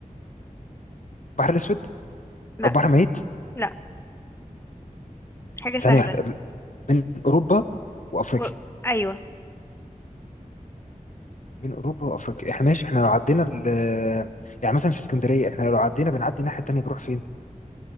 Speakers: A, on the left; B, on the left.
A: بحر الاسود
B: لا
A: او بحر ميت
B: لا حاجة
A: ثانيه
B: سهلة
A: واحده ال- بين اوروبا وافريقيا
B: و- أيوة
A: بين اوروبا وافريقيا احنا ماشي احنا لو عدينا ال- يعني مثلا في اسكندريه احنا لو عدينا بنعدي الناحيه التانيه بنروح فين؟